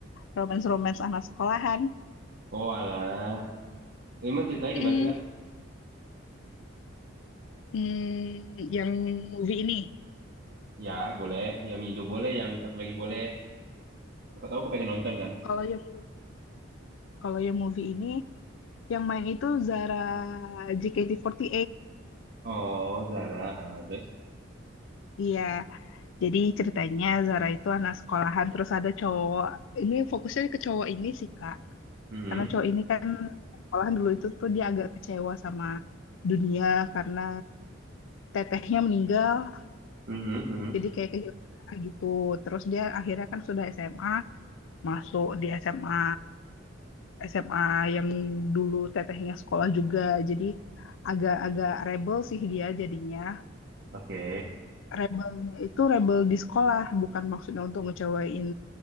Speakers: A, on the left; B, on the right.
A: romance-romance anak sekolahan.
B: Oh alah, emang ceritanya
A: Mm-mm.
B: gimana sih Kak?
A: Hmm, yang movie ini.
B: Ya boleh, yang Indo boleh, yang satu lagi boleh. Siapa tahu aku pengen nonton kan?
A: Kalau yang kalau yang movie ini yang main itu Zara JKT48.
B: Oh Zara, ah, terus.
A: Iya. Jadi ceritanya Zara itu anak sekolahan terus ada cowok. Ini fokusnya ke cowok ini sih, Kak.
B: Mm-mm.
A: Karena cowok ini kan malahan dulu itu tuh dia agak kecewa sama dunia karena tetehnya meninggal
B: Mhm, mhm.
A: jadi kayak kehilangan gitu terus dia akhirnya kan sudah SMA masuk di SMA SMA yang dulu tetehnya sekolah juga jadi agak-agak rebel sih dia jadinya
B: Oke.
A: rebelnya itu rebel di sekolah bukan maksudnya untuk ngecewain